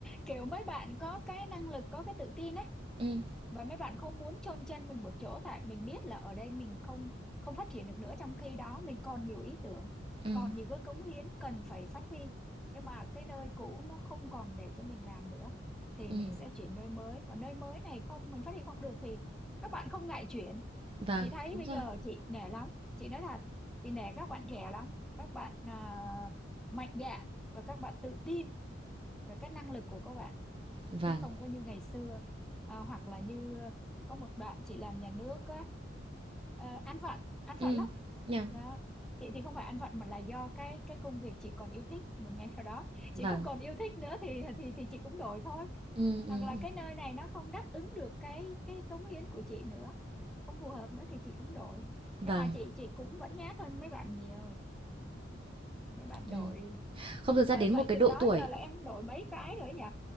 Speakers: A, in the centre; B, on the right.
A: kiểu mấy bạn có cái năng lực có cái tự tin ấy
B: Ừm,
A: và mấy bạn không muốn chôn chân mình một chỗ tại mình biết là ở đây mình không không phát triển được nữa trong khi đó mình còn nhiều ý tưởng
B: ừm,
A: còn nhiều cái cống hiến cần phải phát huy nhưng mà cái nơi cũ nó không còn để cho mình làm nữa thì
B: ừm.
A: mình sẽ chuyển nơi mới và nơi mới này không mình phát triển không được thì các bạn không ngại chuyển
B: Vâng,
A: chị thấy
B: đúng
A: bây
B: rồi.
A: giờ chị nể lắm chị nói thật chị nể các bạn trẻ lắm các bạn à, mạnh dạn và các bạn tự tin về cái năng lực của các bạn
B: Vâng.
A: chứ không có như ngày xưa à, hoặc là như có một đoạn chị làm nhà nước á ờ, ăn vận ăn
B: Ừm,
A: vận lắm
B: yeah.
A: đó chị thì không phải ăn vận mà là do cái cái công việc chị còn yêu thích một ngày nào đó chị
B: Vâng.
A: không còn yêu thích nữa thì thì thì chị cũng đổi thôi
B: Ừm, ừm,
A: hoặc là
B: ừm.
A: cái nơi này nó không đáp ứng được cái cái cống hiến của chị nữa không phù hợp nữa thì chị cũng đổi
B: Vâng,
A: nhưng mà chị chị cũng vẫn nhát hơn mấy bạn nhiều mấy bạn
B: ừm.
A: đổi
B: Không, thực ra
A: Ờ,
B: đến
A: vậy
B: một cái
A: từ
B: độ
A: đó
B: tuổi
A: giờ là em đổi mấy cái rồi ấy nhỉ